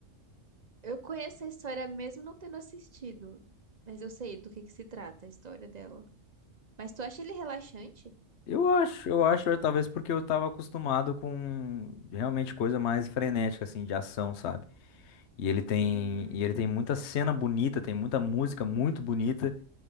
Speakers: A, on the right; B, on the left.
A: Eu conheço a história mesmo não tendo assistido, mas eu sei do que que se trata a história dela. Mas tu acha ele relaxante?
B: Eu acho, eu acho, é, talvez porque eu tava acostumado com realmente coisa mais frenética assim, de ação, sabe? E ele tem,
A: Uhum.
B: e ele tem muita cena bonita, tem muita música muito bonita,